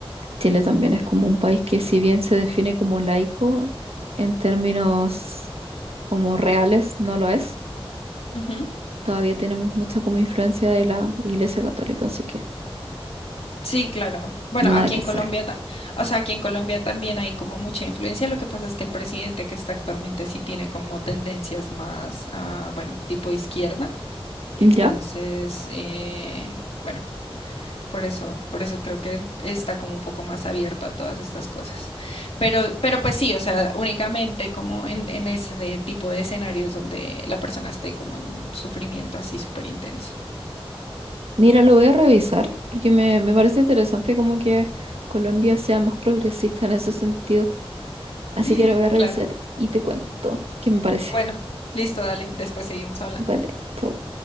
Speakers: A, on the right (about 80°); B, on the left (about 80°).
A: Chile también es como un país que si bien se define como laico, en términos como reales no lo es.
B: Ujú.
A: Todavía tenemos mucha como influencia de la Iglesia Católica, así que
B: Sí, claro. Bueno,
A: nada
B: aquí
A: que
B: en
A: hacer.
B: Colombia, ta- o sea, aquí en Colombia también hay como mucha influencia. Lo que pasa es que el presidente que está actualmente sí tiene como tendencias más, ah, bueno, tipo izquierda. Entonces,
A: Ya,
B: eh, bueno. Por eso, por eso creo que está como un poco más abierto a todas estas cosas. Pero, pero pues sí, o sea, únicamente como en, en ese tipo de escenarios donde la persona esté como en sufrimiento así súper intenso.
A: mira, lo voy a revisar porque me, me parece interesante como que Colombia sea más progresista en ese sentido. Así
B: <laughs>
A: que lo voy a revisar
B: Claro.
A: y te cuento qué me parece.
B: Bueno, listo, dale, después seguimos hablando.
A: Vale, chau.